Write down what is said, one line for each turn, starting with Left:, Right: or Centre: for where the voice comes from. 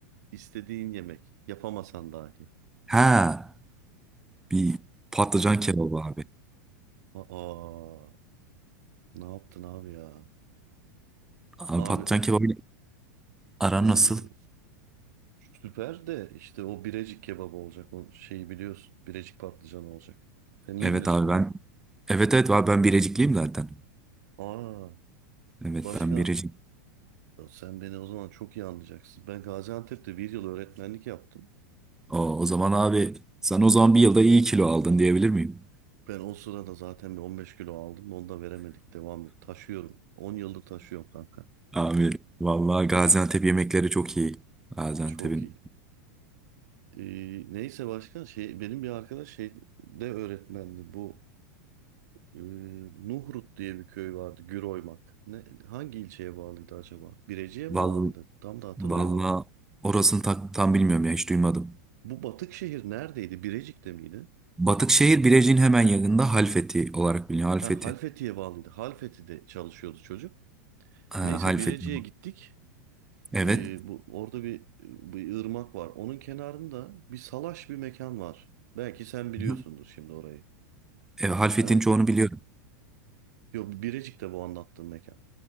Right: istediğin yemek. Yapamasan dahi.
Centre: Ha. Bir patlıcan kebabı abi.
Right: Aa, ne yaptın abi ya?
Centre: Abi
Right: Abi
Centre: patlıcan kebabı aran
Right: e,
Centre: nasıl?
Right: süper de işte o Birecik kebabı olacak. O şeyi biliyorsun. Birecik patlıcanı olacak. Sen iyi
Centre: Evet
Right: bilirsin
Centre: abi
Right: onu.
Centre: ben. Evet evet abi ben Birecikliyim zaten.
Right: Aa,
Centre: Evet
Right: başka
Centre: ben Birecik.
Right: Ya Sen beni o zaman çok iyi anlayacaksın. Ben Gaziantep'te bir yıl öğretmenlik yaptım.
Centre: O, o zaman abi sen o zaman bir yılda iyi kilo aldın diyebilir miyim?
Right: Ben o sırada zaten bir 15 kilo aldım. Onu da veremedik. Devam et. Taşıyorum. 10 yıldır taşıyorum kanka.
Centre: Abi vallahi Gaziantep yemekleri çok iyi. Gaziantep'in.
Right: Çok iyi. Ee, neyse başka şey benim bir arkadaş şey de öğretmendi. Bu e, Nuhrut diye bir köy vardı. Güroymak. Ne, hangi ilçeye bağlıydı acaba? Birecik'e mi
Centre: Vallahi,
Right: bağlıydı? Tam da hatırlayamadım.
Centre: vallahi orasını ta- tam bilmiyorum ya hiç duymadım.
Right: Bu batık şehir neredeydi? Birecik'te miydi?
Centre: Batıkşehir Birecik'in hemen yakında Halfeti olarak biliniyor. Halfeti.
Right: Ha, Halfeti'ye bağlıydı. Halfeti'de çalışıyordu çocuk.
Centre: Ha,
Right: Neyse
Centre: Halfeti.
Right: Birecik'e gittik.
Centre: Evet.
Right: Ee, bu orada bir bir ırmak var. Onun kenarında bir salaş bir mekan var. Belki sen biliyorsundur
Centre: Hı.
Right: şimdi orayı.
Centre: Evet, Halfeti'nin
Right: Ama
Centre: çoğunu biliyorum.
Right: yok Birecik'te bu anlattığım mekan.